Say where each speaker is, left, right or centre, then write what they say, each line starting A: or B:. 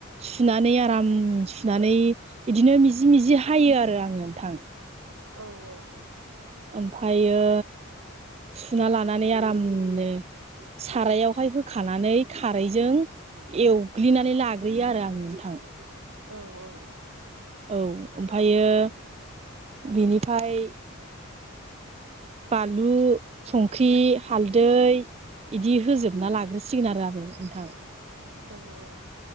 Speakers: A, on the right; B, on the right.
A: सुनानै आराम सुनानै बिदिनो मिजि मिजि हायो आरो आं नोंथां
B: औ औ औ
A: ओमफ्रायो सुना लानानै आरामनो सारायावहाय होखानानै खारैजों एवग्लिनानै लाग्रोयो आरो आं नोंथां।
B: औ औ औ
A: औ ओमफायो बिनिफाय बानलु, संख्रि, हालदै, इदि होजोबना लाग्रोसिगोन आरो नोंथां
B: औ औ